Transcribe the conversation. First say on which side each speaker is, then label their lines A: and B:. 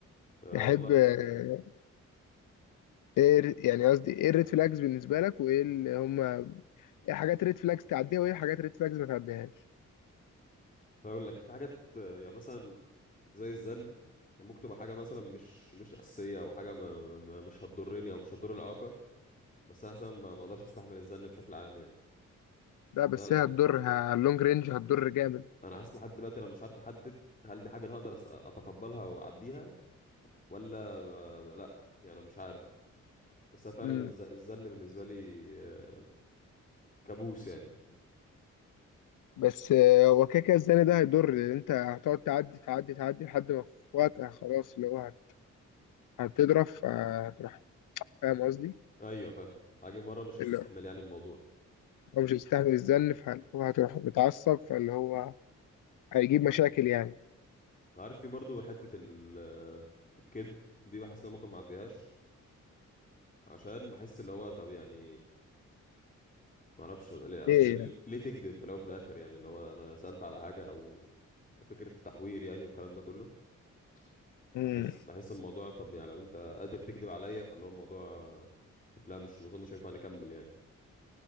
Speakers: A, on the left; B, on the left.
A: أه
B: تحب
A: والله
B: آه، ايه ر- يعني قصدي ايه الريد فلاجز بالنسبة لك وايه اللي هما ايه حاجات ريد فلاجز تعديها وايه حاجات ريد فلاجز ما تعديهاش
A: هقول لك في حاجات آه، يعني مثلا زي الزن يعني ممكن تبقى حاجه مثلا مش مش اساسيه او حاجه ما ما مش هتضرني او مش هتضر العلاقه بس انا حاسس ما ما اقدرش استحمل الزن بشكل عام يعني
B: لا
A: يعني
B: بس
A: انا
B: هي هتضر ه- اللونج رينج هتضر جامد
A: أنا حاسس لحد دلوقتي انا مش عارف احدد هل دي حاجه انا هقدر أس- اتقبلها واعديها ولا ب... لا يعني مش عارف بس أنا فعلا
B: امم
A: الز... الزن بالنسبة لي آه، كابوس يعني
B: بس آه، هو كده كده الزن ده هيضر لان انت هتقعد تعدي تعدي تعدي لحد ما في وقت آه، خلاص اللي هو هت- هتضرب فهتروح فاهم قصدي
A: ايوه فاهم هاجي مرة مش هستحمل
B: اللي
A: يعني الموضوع
B: هو مش هيستحمل الزن فهو هتروح متعصب فاللي هو هيجيب مشاكل يعني
A: عارف في برضو حتة ال... آه، الكد دي بحس ان أنا ممكن ما اعديهاش عشان بحس اللي هو طب يعني ما اعرفش ليه
B: ليه
A: اصل
B: يعني
A: ليه تكذب في الاول وفي الاخر يعني اللي هو انا سألت على حاجة او فكرة التحوير يعني والكلام ده كله بحس
B: امم
A: بحس الموضوع طب يعني لو انت قادر تكذب عليا فاللي هو الموضوع لا مش ما اظنش ينفع نكمل يعني